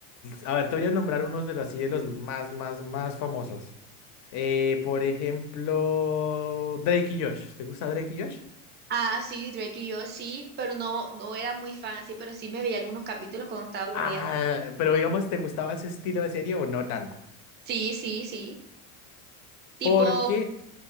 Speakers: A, on the left; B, on the right.
A: a ver, te voy a nombrar unos de los, así de los más, más, más famosos. Eh, por ejemplo, Drake y Josh. ¿Te gusta Drake y Josh?
B: Ah, sí, Drake y yo sí, pero no, no era muy fan así, pero sí me veía algunos capítulos cuando estaba aburrida.
A: Ah, pero digamos, ¿te gustaba ese estilo de serie o no tanto?
B: Sí, sí, sí. Tipo,
A: Porque